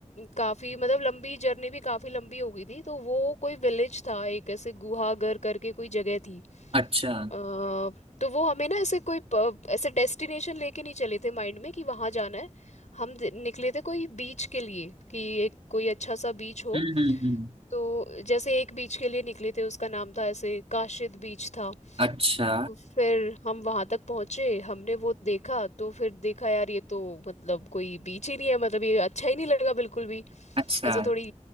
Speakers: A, on the left; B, on the right.
A: काफ़ी मतलब लंबी जर्नी भी काफ़ी लंबी हो गई थी तो वो कोई विलेज था एक ऐसे गुहागर करके कोई जगह थी
B: अच्छा
A: अ, तो वो हमें ना ऐसे कोई प- ऐसे डेस्टिनेशन लेके नहीं चले थे माइंड में कि वहाँ जाना है हम दे- निकले थे कोई बीच के लिए कि एक कोई अच्छा सा बीच हो
B: हम्म हम्म हम्म
A: तो जैसे एक बीच के लिए निकले थे उसका नाम था ऐसे काशिद बीच था
B: अच्छा
A: तो फिर हम वहाँ तक पहुँचे हमने वो देखा तो फिर देखा यार ये तो मतलब कोई बीच ही नहीं है मतलब ये अच्छा ही नहीं लगा बिल्कुल भी
B: अच्छा
A: ऐसे थोड़ी